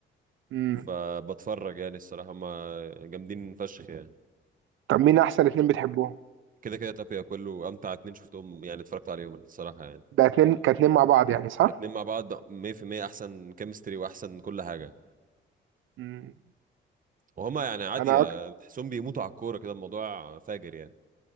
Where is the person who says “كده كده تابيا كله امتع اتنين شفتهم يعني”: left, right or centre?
Right